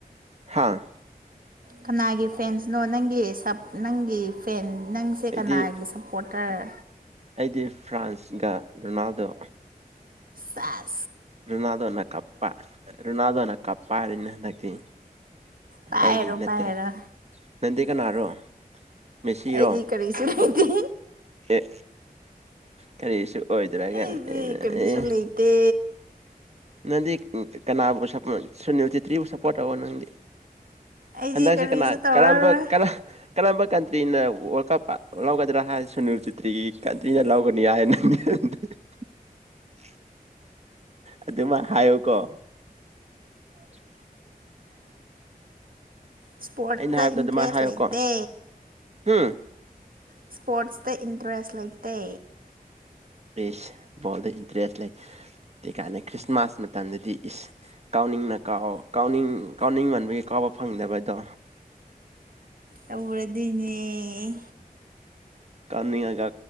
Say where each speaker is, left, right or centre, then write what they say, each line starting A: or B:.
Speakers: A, on the right; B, on the right.
A: ꯍꯥꯥ
B: ꯀꯅꯥꯒꯤ ꯐꯦꯟꯁꯅꯣ ꯅꯪꯒꯤ ꯁ ꯅꯪꯒꯤ ꯐꯦꯟ ꯅꯪꯁꯦ
A: ꯑꯩꯗꯤ
B: ꯀꯅꯥꯒꯤ ꯁꯞꯄꯣꯔꯇꯔ
A: ꯑꯩꯗꯤ ꯐ꯭ꯔꯥꯟꯁꯒ ꯔꯣꯅꯥꯜꯗꯣ
B: ꯁꯦꯠ
A: ꯔꯣꯅꯥꯜꯗꯣꯅ ꯀꯞꯄ ꯔꯣꯅꯥꯜꯗꯣꯅ ꯀꯞꯄ ꯍꯥꯏꯔꯦꯅ ꯍꯟꯗꯛꯇꯤ ꯑꯇꯩꯒꯤ
B: ꯄꯥꯏꯔꯣ
A: ꯅꯠꯇ꯭ꯔꯦ
B: ꯄꯥꯏꯔꯣ
A: ꯅꯪꯗꯤ ꯀꯅꯥꯔꯣ ꯃꯦꯁꯤꯔꯣ
B: ꯑꯩꯗꯤ ꯀꯔꯤꯁꯨ ꯂꯩꯇꯦ
A: ꯑꯦ ꯀꯔꯤꯁꯨ ꯑꯣꯏꯗ꯭ꯔꯒ
B: ꯑꯩꯗꯤ
A: ꯑꯦ
B: ꯀꯔꯤꯒꯤꯁꯨ ꯂꯩꯇꯦ
A: ꯅꯪꯗꯤ ꯀꯅꯥꯕꯨ ꯁꯄꯣꯔꯠ ꯁꯨꯅꯤꯜ ꯆꯦꯇ꯭ꯔꯤꯕꯨ ꯁꯞꯄꯣꯔꯠ ꯇꯧꯑꯣ ꯅꯪꯗꯤ
B: ꯑꯩꯗꯤ
A: ꯍꯟꯗꯛꯁꯦ
B: ꯀꯔꯤꯁꯨ
A: ꯀꯅꯥ
B: ꯇꯧꯔꯔꯣꯏ
A: ꯀꯔꯝꯕ ꯀꯔꯝꯕ ꯀꯟꯇ꯭ꯔꯤꯅ ꯋꯥꯔꯜ ꯀꯞ ꯂꯧꯒꯗ꯭ꯔꯥ ꯍꯥꯏ ꯁꯨꯅꯤꯜ ꯆꯤꯇ꯭ꯔꯤꯒꯤ ꯀꯟꯇ꯭ꯔꯤꯅ ꯂꯧꯒꯅꯤ ꯍꯥꯏ ꯍꯦ ꯍꯦ ꯍꯦ ꯑꯗꯨꯃꯥꯏ ꯍꯥꯏꯌꯣꯀꯣ <inaudible>
B: ꯏꯁꯄꯣꯔꯠꯁꯇ
A: ꯑꯩꯅ ꯍꯥꯏꯕꯗꯣ
B: ꯏꯟꯇꯔꯦꯁ
A: ꯑꯗꯨꯃꯥꯏꯅ ꯍꯥꯏꯌꯨꯀꯣ
B: ꯂꯩꯇꯦ
A: ꯍꯨꯝ
B: ꯑꯁꯄꯣꯔꯠꯇ ꯏꯟꯇꯔꯦꯁ ꯂꯩꯇꯦ
A: ꯏꯁ ꯕꯣꯟꯗ ꯏꯇ꯭ꯔꯦꯁ ꯂꯩꯩꯇꯦ ꯀꯥꯢꯅ ꯈ꯭ꯔꯤꯁꯃꯥꯁ ꯃꯇꯝꯗꯗꯤ ꯏꯁ ꯀꯥꯎ ꯀꯥꯎꯅꯤꯡꯅ ꯀꯥꯎ ꯀꯥꯎꯅꯤꯡ ꯀꯥꯎꯅꯤꯡ ꯃꯟꯕꯒꯤ ꯀꯥꯎꯕ ꯐꯪꯗꯕꯗꯣ
B: ꯇꯧꯔꯗꯤꯅꯦ
A: ꯀꯥꯎꯅꯤꯡꯉꯒꯥ